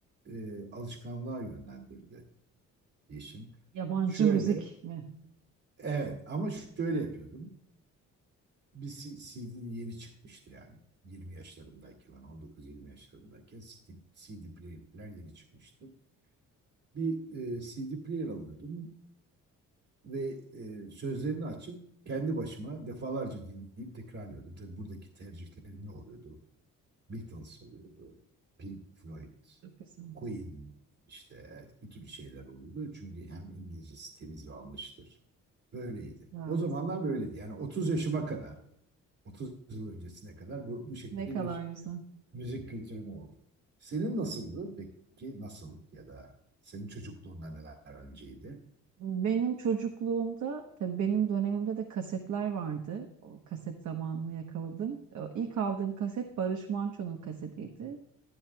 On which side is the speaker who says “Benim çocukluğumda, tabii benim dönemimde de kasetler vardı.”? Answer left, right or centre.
Right